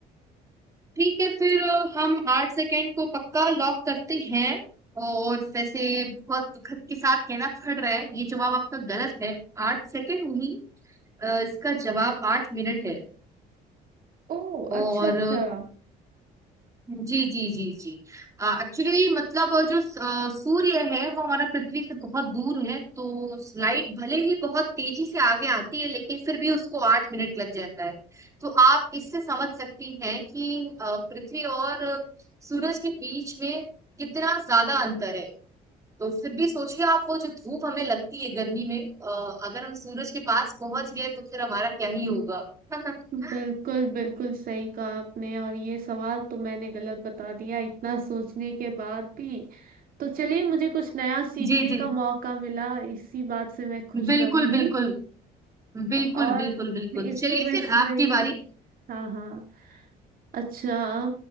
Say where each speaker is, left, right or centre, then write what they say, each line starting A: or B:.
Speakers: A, on the right (about 20°); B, on the right (about 60°).
A: ठीक है फिर अ, हम आठ सेकेंड को पक्का लॉक करते हैं और वैसे बहुत दुखद के साथ कहना पड़ रहा है ये जवाब आपका गलत है आठ सेकेंड नहीं अ, इसका जवाब आठ मिनट है
B: ओ
A: और
B: अच्छा अच्छा
A: जी जी जी जी एक्चुअली मतलब जो स- अ, सूर्य है वो हमारा पृथ्वी से बहुत दूर है तो लाइट भले ही बहुत तेजी से आगे आती है लेकिन फिर भी उसको आठ मिनट लग जाता है तो आप इससे समझ सकती हैं कि अ, पृथ्वी और सूरज के बीच में कितना ज्यादा अंतर है तो फिर भी सोचिए आप वो जो धूप हमें लगती है गर्मी में अ, अगर हम सूरज के पास पहुंच गए तो फिर हमारा क्या ही होगा <laughs>
B: बिल्कुल बिल्कुल सही कहा आपने और ये सवाल तो मैंने गलत बता दिया इतना सोचने के बाद भी तो चलिए मुझे कुछ नया सीखने
A: जी जी
B: का मौका मिला इसी बात से मैं खुश
A: बिल्कुल
B: रहूंगी
A: बिल्कुल बिल्कुल
B: और
A: बिल्कुल बिल्कुल
B: इसको
A: चलिए
B: मैं
A: फिर
B: सही
A: आपकी बारी
B: हाँ हाँ अच्छा